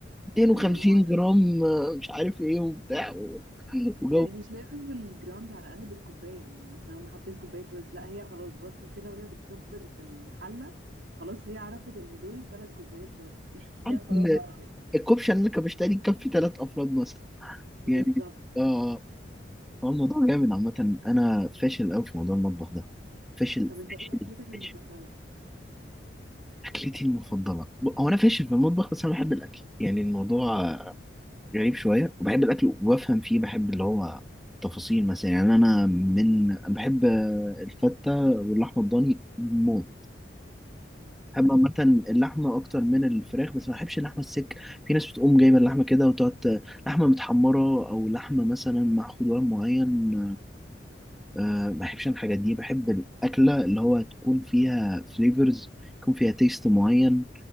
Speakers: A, in the centre; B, on the right.
A: 250
B: من غير معايره
A: جرام آه، مش عارف ايه وبتاع و- وجو
B: يعني مش لازم بالجرامز على الاقل بالكوبايه يعني مثلا انا حطيت كوبايه رز لا هي خلاص بصت كده وهي بتصب في الحله خلاص هي عرفت ان دول ثلاث كوبايات رز <laughs> يعني هي
A: عارف
B: خلاص
A: ان
B: عرفت
A: الكبشه اللي انا كبشتها دي تكفي ثلاث افراد مثلا
B: بالظبط
A: يعني اه هو الموضوع جامد عامه انا فاشل قوي في موضوع المطبخ ده فاشل
B: طب انت
A: فاشل
B: ايه اكلتك المفضله
A: فاشل اكلتي المفضله ب- هو انا فاشل في المطبخ بس انا بحب الاكل يعني الموضوع غريب شوية وبحب الأكل وبفهم فيه بحب اللي هو تفاصيل مثلا يعني أنا من أنا بحب الفتة واللحمة الضاني موت بحب عامة اللحمة أكتر من الفراخ بس ما بحبش اللحمة السك في ناس بتقوم جايبة اللحمة كده وتقعد ت- لحمة متحمرة أو لحمة مثلا مع خضار معين أه ما بحبش أنا الحاجات دي بحب الأكلة اللي هو تكون فيها فليفرز يكون فيها تيست معين